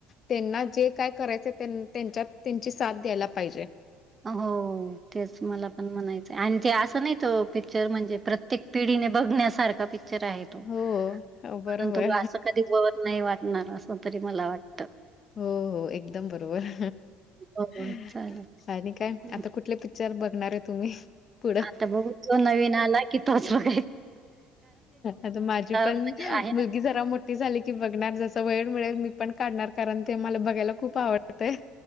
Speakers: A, on the left; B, on the right.
A: त्यांना जे काय करायचं त्यांच्यात त्यांची साथ द्यायला पाहिजे.
B: हो तेच मला पण म्हणायचं आणि ते असं नाही त पिक्चर म्हणजे प्रत्येक पिढीने बघण्यासारखा पि <unintelligible>
A: हो बरोबर
B: अस कधी वर नाही वाटणार अस तरी मला वाट.
A: हो-हो एकदम बरोबर.
B: हो हो,
A: काय
B: चालेल हं.
A: आता कुठले पिक्चर बघणार आहे तुम्ही? पुढं?
B: आता बघू जो नवीन आला की तोच‌ बघू.
A: आता माझी पण
B: म्हणजे आहे
A: मुलगी
B: ना
A: जरा मोठी झाली की बघणार जस वेळ मिळेल मी पण काढणार कारण ते मला बघायला खूप आवडत आहे.